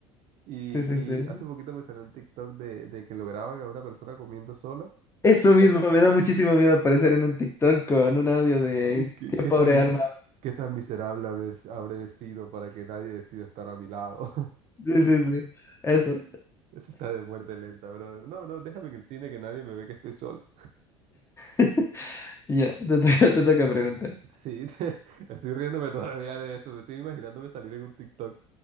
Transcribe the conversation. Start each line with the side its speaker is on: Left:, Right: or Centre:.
Right: Y,
Left: Sí, sí, sí.
Right: y hace poquito me salió un TikTok de, de que lo graban a una persona comiendo sola.
Left: Eso mismo,
Right: Fíjate.
Left: me da muchísimo miedo aparecer en un TikTok con un audio de
Right: Y que,
Left: qué
Right: qué
Left: pobre
Right: tan, mi-
Left: alma.
Right: qué tan miserable haber, habré sido para que nadie decida estar a mi lado.
Left: Sí, sí, sí. Eso.
Right: <laughs> Eso está de muerte lenta, brother. No, no, déjame en el cine que nadie me ve que estoy solo.
Left: <laughs> Ya, te, toca te toca preguntar.
Right: Sí, <laughs> te- estoy riéndome todavía de eso. Me estoy imaginándome salir en un TikTok.